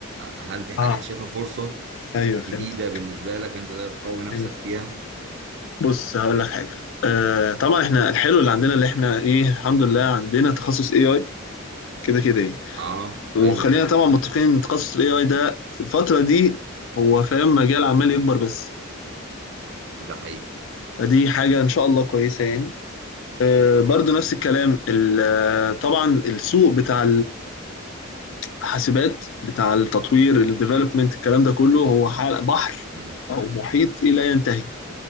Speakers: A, on the right; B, on the left.
A: هل في حاجة
B: اه
A: انت شايفها فرصة
B: ايوه
A: جديدة
B: فهمت
A: بالنسبة لك انت تقدر تقوي نفسك
B: فهمت
A: فيها؟
B: بص هقول لك حاجه آه طبعا احنا الحلو اللي عندنا اللي احنا ايه الحمد لله عندنا تخصص اي اي كده كده يعني
A: اه
B: وخلينا
A: حلو ده
B: طبعا متفقين ان تخصص الاي اي ده في الفتره دي هو فاهم مجال عمال يكبر بس
A: ده حقيقي
B: فدي حاجه ان شاء الله كويسه يعني آه برضو نفس الكلام ال- آه، طبعا السوق بتاع الحاسبات بتاع التطوير الديفلوبمنت الكلام ده كله هو حال بحر
A: مم.
B: او محيط إيه لا ينتهي